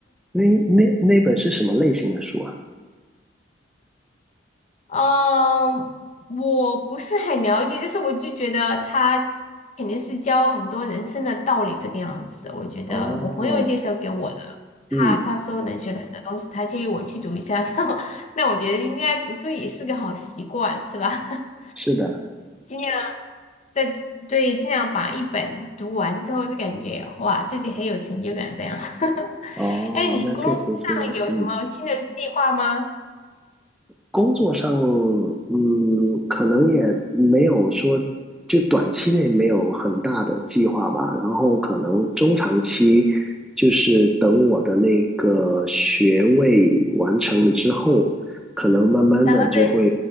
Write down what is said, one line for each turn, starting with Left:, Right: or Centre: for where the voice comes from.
Centre: 那那那本是什么类型的书啊？
Left: 嗯，我不是很了解，但是我就觉得他肯定是教很多人生的道理这个样子。我觉得我朋友介绍给我的，
Centre: 哦，
Left: 他他说能学到很多东西，
Centre: 嗯，
Left: 他建议我去读一下。<laughs> 那我那我觉得应该读书也是个好习惯，是吧？<laughs>
Centre: 是的，
Left: 尽量在对，尽量把一本读完之后就感觉哇，自己很有成就感这样。<laughs>
Centre: 哦，
Left: 哎，你工作上有什么新的计划吗？
Centre: 那确实是这样，嗯，工作上，嗯，可能也没有说，就短期内没有很大的计划吧，然后可能中长期，就是等我的那个学位完成了之后，可能慢慢的就会，
Left: 然后再